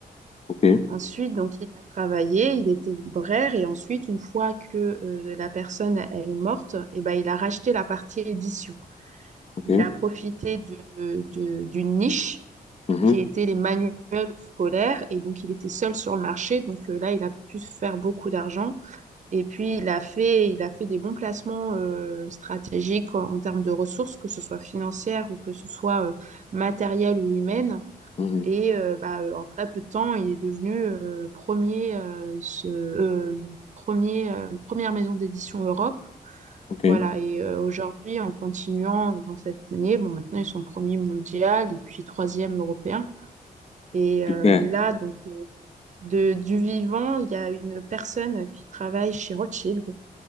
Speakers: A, on the left; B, on the right.
A: Ok.
B: Ensuite, donc, il a travaillé, il était libraire, et ensuite, une fois que euh, la personne elle est morte, eh ben, il a racheté la partie édition.
A: Ok.
B: Il a profité de, de- d'une niche
A: Mhm.
B: qui était les manuels scolaires, et donc il était seul sur le marché. Donc euh, là, il a pu se faire beaucoup d'argent. Et puis, il a fait, il a fait des bons placements euh, stratégiques en, en termes de ressources, que ce soit financières ou que ce soit euh, matérielles ou humaines.
A: Mhm.
B: Et euh, bah, euh, en très peu de temps, il est devenu euh, premier, euh, ce- euh, premier, euh, première maison d'édition Europe.
A: Ok.
B: Voilà, et euh, aujourd'hui, en continuant dans cette lignée, bon, maintenant ils sont premiers mondial et puis troisième européen. Et euh,
A: Super.
B: là, donc, euh, de, du vivant, il y a une personne qui travaille chez Rothschild,